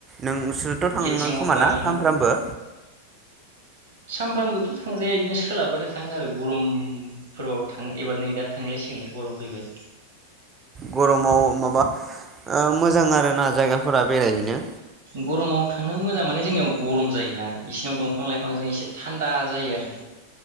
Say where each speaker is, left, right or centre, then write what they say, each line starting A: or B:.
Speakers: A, on the right (about 20°); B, on the right (about 65°).
A: नोंसोरथ' थाङो
B: गेट सिङाव
A: खोमा
B: बारलांनोबा
A: ना सानफ्रामबो?
B: सानफ्रामबोथ' थांजाया इदिनो सोलाबबाथाय थाङो आरो गरमफोराव थाङो एबार नै दा थांलायसिगोनलाय गरम फैबाय।
A: गरमाव माबा ओ मोजां आरो ना जायगाफोरा बेरायहैनो
B: गरमाव थांनो मोजां माने जोंनियाव गरम जायोना इसोनियाव दंफां लाइफांजों एसे थान्दा जायो आरो